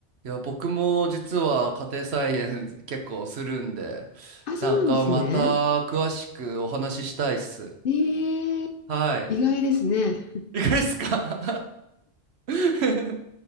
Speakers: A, on the right; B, on the left.
A: いや、僕も実は家庭菜園結構するんで、
B: あ、
A: なんかまた詳しくお話ししたいっす。
B: そうなんですね。ええ、
A: はい。
B: 意外ですね。
A: <laughs> いかがですか <laughs>